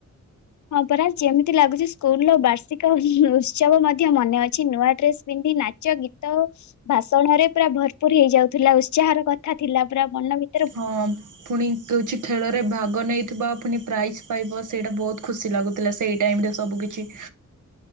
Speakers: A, on the left (about 70°); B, on the right (about 75°).
A: ହଁ ପରା ଯେମିତି ଲାଗୁଛି ସ୍କୁଲ ର ବାର୍ଷିକ ଉତ୍ସବ ମଧ୍ୟ ମନେ ଅଛି ନୂଆ ଡ୍ରେସ ପିନ୍ଧି ନାଚ ଗୀତ ଓ ଭାଷଣରେ ପୁରା ଭରପୁର ହେଇଯାଉଥିଲା ଉତ୍ସାହର କଥା ଥିଲା ପୁରା ମନ ଭି
B: ହଁ ପୁଣି ପୁଚି ଖେଳରେ ଭାଗ ନେଇଥିବା ଫୁନି ପ୍ରାଇଜ୍ ପାଇବ ସେଇଟା ବହୁତ ଖୁସି ଲାଗୁଥିଲା ସେଇ ଟାଇମରେ ସବୁ କିିଛି।